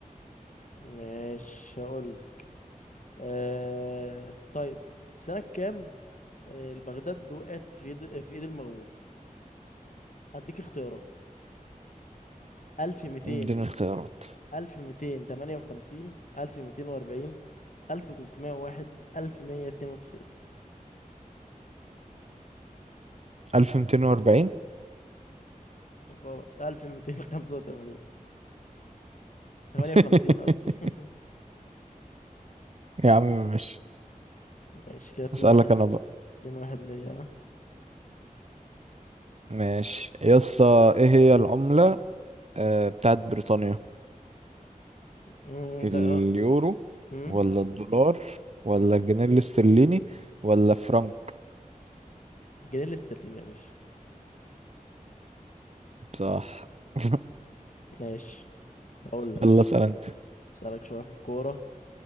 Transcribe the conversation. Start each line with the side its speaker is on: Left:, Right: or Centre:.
Left: ماشي هقول لك. أه طيب في سنة كام آه، البغداد وقعت في يد في ايد المغول اديك اختيارات 1200
Right: اديني اختيارات
Left: ألف ميتين تمانية وخمسين ألف ميتين وأربعين ألف تلتمية واحد ألف مية اتنين وتسعين
Right: 1240
Left: غلط ألف ميتين خمسة وتمانين تمانية
Right: <laughs>
Left: وخمسين قصدي <laughs>
Right: يا عم مش
Left: ماشي كده اتنين
Right: اسالك
Left: واحد
Right: انا بقى
Left: اتنين واحد ليا
Right: ماشي يسا ايه هي العملة آه، بتاعت بريطانيا
Left: أمم،
Right: اليورو
Left: ده أه. أمم،
Right: ولا الدولار ولا الجنيه الاسترليني ولا فرنك
Left: جنيه الاسترليني يا باشا
Right: صح <laughs>
Left: ماشي هقول لك
Right: يلا اسال انت
Left: أسألك شوية في الكورة